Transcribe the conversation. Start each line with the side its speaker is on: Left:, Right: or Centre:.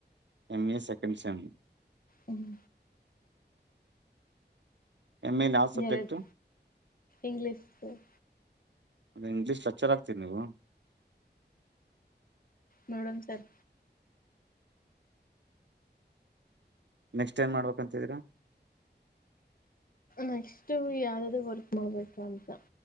Right: ಎಂ ಎ ಸೆಕೆಂಡ್ ಸೆಮರ್
Left: ಹ್ಮ್
Right: ಎಮ ಎ ಲ ಆ ಸಬ್ಜೆಕ್ಟ್
Left: ಎರಡು ಇಂಗ್ಲೀಷ್ ಸರ್
Right: ಇಂಗ್ೀ್ಕ್ಚರ್ ಆಗ್ತೀರಿ ನೀವು
Left: ನೋಡೋಣ ಸರ್
Right: ನೆಕ್ಸ್ಟ್ ಏನ್ ಮಾಡ್ಬೇಕ ಅಂತಿದೀ
Left: ನೆಕ್ಸ್ಟ್ ಯಾವ್ದಾದ್ ವರ್ಕ್ ಮಾಡ್ಬೇಕು ಅಂತ